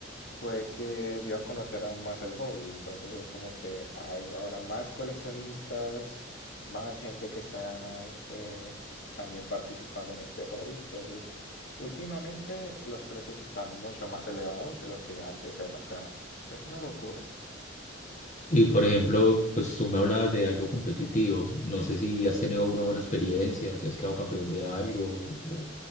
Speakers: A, on the left (about 60°); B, on the left (about 35°).
A: fue que dio a conocer aún más el hobby. Entonces es como que hay ahora más coleccionistas, más gente que está eh, también participando en este hobby. Entonces, últimamente los precios están mucho más elevados de lo que antes era. O sea, es una locura.
B: Y por ejemplo, pues tú me hablabas de algo competitivo. No sé si has tenido una buena experiencia, si has quedado campeón de algo o